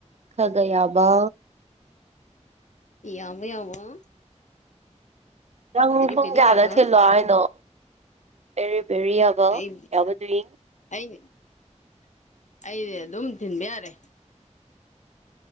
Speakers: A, on the right; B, on the left.
A: ꯈꯒ ꯌꯥꯕ
B: ꯌꯥꯃ ꯌꯥꯃ
A: ꯅꯪ ꯄꯨꯡ
B: ꯄꯦꯔꯤ
A: ꯀꯌꯥꯗ
B: ꯌꯥꯕ
A: ꯊꯤꯜꯂꯣ ꯍꯥꯏꯅꯣ ꯕꯦꯔꯤ ꯕꯦꯔꯤ ꯑꯕ
B: ꯑꯩ
A: ꯌꯥꯎꯕ ꯗꯨ꯭ꯢꯡ
B: ꯑꯩ ꯑꯩꯗꯤ ꯑꯗꯨꯝ ꯊꯤꯟꯕ ꯌꯥꯔꯦ